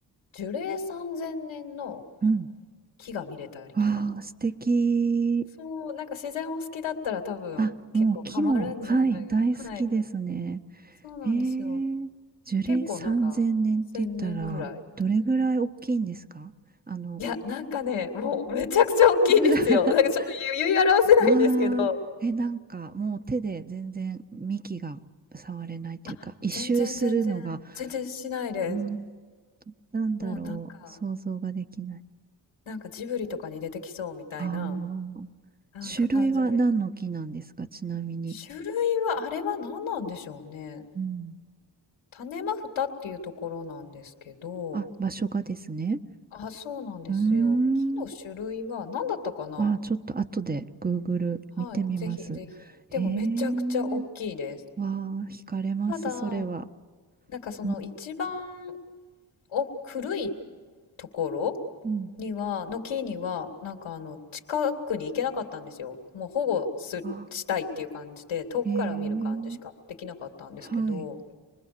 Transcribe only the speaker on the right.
うん。
わあ、素敵。
あ、もう木も、はい、大好きですね。
へえ、樹齢3000年って言ったら、
どれぐらい大きいんですかあの、
<laughs>
ああ、え、なんかもう手で全然幹が触れないというか、
一周するのが、
あーなんだろう、
想像ができない。
ああ、
種類は何の木なんですか、ちなみに。
うん。
あ、場所がですね。
うーん。
ああ、ちょっと後で Google
見てみます。
へえ、
わあ、惹かれます、
それは。
うん
うん。
あ、
へえ、はい。